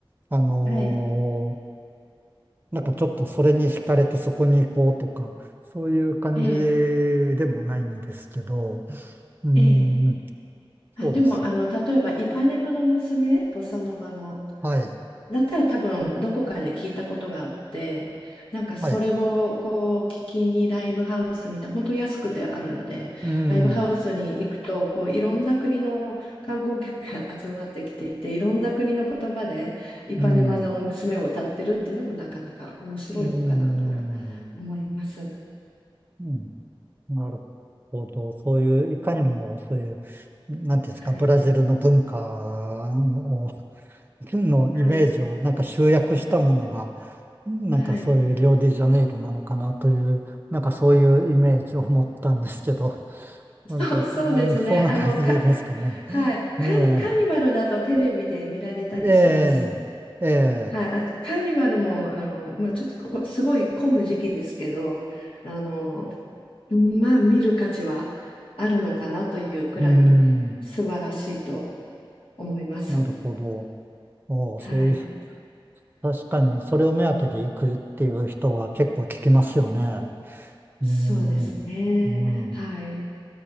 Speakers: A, on the right; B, on the left.
A: あのー
B: はい。
A: なんかちょっとそれに惹かれてそこに行こうとか、そういう感じ
B: ええ、
A: でもないんですけど、うーん、
B: ええ。あ、
A: そうです。
B: でも、あの、例えば、イパネマの娘、ボサノバの、
A: はい、
B: だったら多分どこかで聞いたことがあって、なんかそれをこう聞きにライブハウスみたいな、
A: はい。
B: 本当安くてあるので、
A: うーん、
B: ライブハウスに行くと、
A: う
B: こういろんな国の観光客が <laughs> 集まってきていて、いろんな国の言葉でイパネマの娘を歌ってるっていうのもなかなか面白いのかなと
A: ーん、うーん、
B: 思います。
A: うん、なるほど。そういう、いかにもそういう、なんていうんですか、
B: はい。
A: ブラジルの文化をのイメージをなんか集約したものが、
B: はい。
A: なんかそういうリオデジャネイロなのかなという、
B: はい。
A: なんかそういうイメージを持ったんですけど、
B: そう、
A: なんて、
B: そうですね。
A: なんそんな感じですかね。
B: あの、か、かはい。カーニ、
A: ええ
B: カーニバルだとテレビで見られたりします
A: で、ええ
B: はい、あ、カーニバルも、あの、まあ、ちょっとここすごい混む時期ですけど、あの、まあ、見る価値はあるのかなというくらい素晴らしいと
A: うーん、
B: 思います。
A: なるほど。おうそういう、
B: はい、
A: 確かにそれを目当てで行くっていう人は結構聞きますよね。うーん、
B: そうですね。
A: う
B: はい。
A: ん、